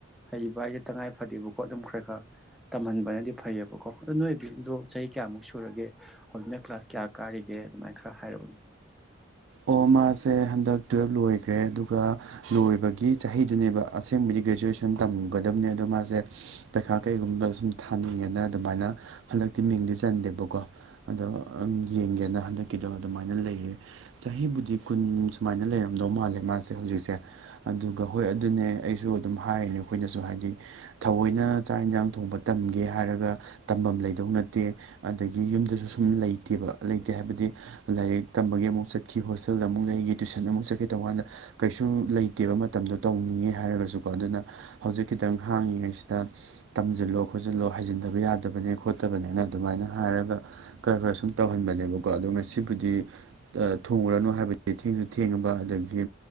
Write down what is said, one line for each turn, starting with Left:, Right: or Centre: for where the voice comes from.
Centre: ꯍꯩꯕ ꯑꯩꯁꯦ ꯇꯉꯥꯏ ꯐꯗꯦꯕ ꯈꯣꯠ ꯑꯗꯨꯝ ꯈ꯭ꯔꯦ ꯈꯔ ꯇꯝꯍꯟꯕꯅꯗꯤ ꯐꯩꯌꯦꯕꯀꯣ ꯑꯗꯣ ꯅꯣꯏ ꯕꯤꯚꯝꯗꯣ ꯆꯍꯤ ꯀꯌꯥꯃꯨꯛ ꯁꯨꯔꯒꯦ ꯍꯧꯖꯤꯛꯅ ꯀ꯭ꯂꯥꯁ ꯀꯌꯥ ꯀꯥꯔꯤꯒꯦ ꯑꯗꯨꯃꯥꯏꯅ ꯈꯔ ꯍꯥꯏꯔꯛꯎꯅꯦ
Right: ꯑꯣ ꯃꯥꯁꯦ ꯍꯟꯗꯛ ꯇꯨꯋꯦꯜꯞ ꯂꯣꯏꯈ꯭ꯔꯦ ꯑꯗꯨꯒ ꯂꯣꯏꯕꯒꯤ ꯆꯍꯤꯗꯨꯅꯦꯕ ꯑꯁꯦꯡꯕꯗꯤ ꯒ꯭ꯔꯦꯖꯨꯋꯦꯁꯟ ꯇꯝꯒꯗꯕꯅꯦ ꯑꯗꯣ ꯃꯥꯁꯦ ꯄꯩꯈꯥ ꯀꯩꯒꯨꯝꯕ ꯁꯨꯝ ꯊꯥꯅꯤꯡꯉꯦꯅ ꯑꯗꯨꯃꯥꯏꯅ ꯍꯟꯗꯛꯇꯤ ꯃꯤꯡꯗꯤ ꯆꯟꯗꯦꯕꯀꯣ ꯑꯗꯣ ꯌꯦꯡꯒꯦꯅ ꯍꯟꯗꯛꯀꯤꯗꯣ ꯑꯗꯨꯃꯥꯏꯅ ꯂꯩꯌꯦ ꯆꯍꯤꯕꯨꯗꯤ ꯀꯨꯟ ꯁꯨꯃꯥꯏꯅ ꯂꯩꯔꯝꯗꯧ ꯃꯥꯜꯂꯦ ꯃꯥꯁꯦ ꯍꯧꯖꯤꯛꯁꯦ ꯑꯗꯨꯒ ꯍꯣꯏ ꯑꯗꯨꯅꯦ ꯑꯩꯁꯨ ꯑꯗꯨꯝ ꯍꯥꯏꯔꯤꯅꯦ ꯑꯩꯈꯣꯏꯅꯁꯨ ꯍꯥꯏꯗꯤ ꯊꯑꯣꯏꯅ ꯆꯥꯛ ꯌꯦꯟꯁꯥꯡ ꯊꯣꯡꯕ ꯇꯝꯒꯦ ꯍꯥꯏꯔꯒ ꯇꯝꯐꯝ ꯂꯩꯗꯧ ꯅꯠꯇꯦ ꯑꯗꯒꯤ ꯌꯨꯝꯗꯁꯨ ꯁꯨꯝ ꯂꯩꯇꯦꯕ ꯂꯩꯇꯦ ꯍꯥꯏꯕꯗꯤ ꯂꯥꯏꯔꯤꯛ ꯇꯝꯕꯒꯤ ꯑꯃꯨꯛ ꯆꯠꯈꯤ ꯍꯣꯁꯇꯦꯜꯗ ꯑꯃꯨꯛ ꯂꯩꯈꯤ ꯇꯨꯏꯁꯟ ꯑꯃꯨꯛ ꯆꯠꯈꯤ ꯇꯧꯕꯀꯥꯟꯗ ꯀꯩꯁꯨ ꯂꯩꯇꯦꯕ ꯃꯇꯝꯗꯣ ꯇꯧꯅꯤꯡꯉꯦ ꯍꯥꯏꯔꯒꯁꯨꯀꯣ ꯑꯗꯨꯅ ꯍꯧꯖꯤꯛ ꯈꯤꯇꯪ ꯍꯥꯡꯉꯤꯉꯩꯁꯤꯗ ꯇꯝꯁꯤꯜꯂꯣ ꯈꯣꯠꯆꯜꯂꯣ ꯍꯥꯏꯩꯖꯤꯟꯗꯕ ꯌꯥꯗꯕꯅꯦ ꯈꯣꯠꯇꯕꯅꯦꯅ ꯑꯗꯨꯃꯥꯏꯅ ꯍꯥꯏꯔꯒ ꯈꯔ ꯈꯔ ꯁꯨꯝ ꯇꯧꯍꯟꯕꯅꯦꯕꯀꯣ ꯑꯗꯣ ꯉꯁꯤꯕꯨꯗꯤ ꯊꯣꯡꯉꯨꯔꯅꯨ ꯍꯥꯏꯕꯗꯤ ꯊꯦꯡꯁꯨ ꯊꯦꯡꯉꯕ ꯑꯗꯒꯤ